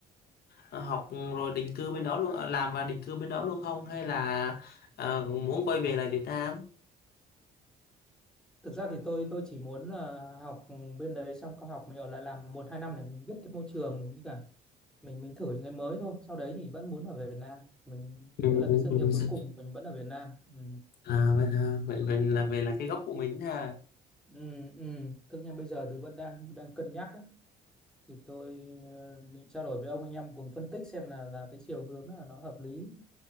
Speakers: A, on the left; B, in the centre.
A: ờ, học rồi định cư bên đó luôn ờ, làm và định cư bên đó luôn không hay là ờ, muốn quay về lại Việt Nam
B: Thực ra thì tôi tôi chỉ muốn là học ừ, bên đấy xong có học mình ở lại làm một hai năm để mình biết cái môi trường với cả mình mình thử những cái mới thôi. Sau đấy thì vẫn muốn ở về Việt Nam. Mình
A: Ừ,
B: tức là cái sự
A: ừ.
B: nghiệp cuối cùng mình vẫn ở Việt Nam. Ừ.
A: à, vậy, à, vậy vậy là về là cái gốc của mình ha
B: Ừ, ừ. Thực ra bây giờ thì vẫn đang đang cân nhắc ấy. Thì tôi ờ, định trao đổi với ông anh em cùng phân tích xem là là cái chiều hướng là nó hợp lý.